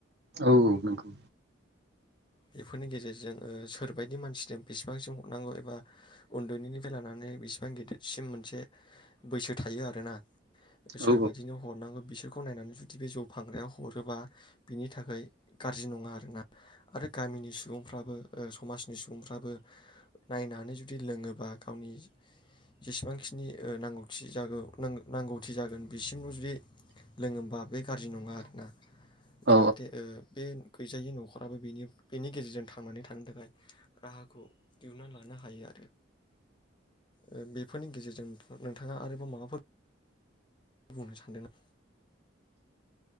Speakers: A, on the right; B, on the left.
A: औ औ नंगौ।
B: बेफोरनि गेजेरजों ओ सोरबायदि मानसिजों बेसेबांसिम हरनांगौ एबा उन्दैनिनिफ्राय लानानै बेसेबां गिदिरसिम मोनसे बैसो थायो आरोना
A: औ
B: सोरबादिनो हरनांगौ बिसोर खौ नायनानै जु जुदि बे जौ फानग्राया हरोबा बिनि थाखाय गारजि नङा आरोना आरो गामिनि सुबुंफ्राबो ओ समाजनि सुबुंफ्राबो नायनानै जुदि लोङोबा गावनि जेसेबांखिनि ओ नांगौथि जागौ नांगौ नांगौथि जागोन बिसिमल' जुदि लोङोबा बेख गारजि नङा आरोना
A: औ
B: जाहाथे ओ बे गैजायि न'खराबो बेनि बेनि गेजेरजों थांनानै थानो थाखाय राहाखौ दिहुनना लानो हायो आरो ओ बेफोरनि गेजेरजों नोंथाङा आरोबाव माबाफोर बुंनो सानदों ना?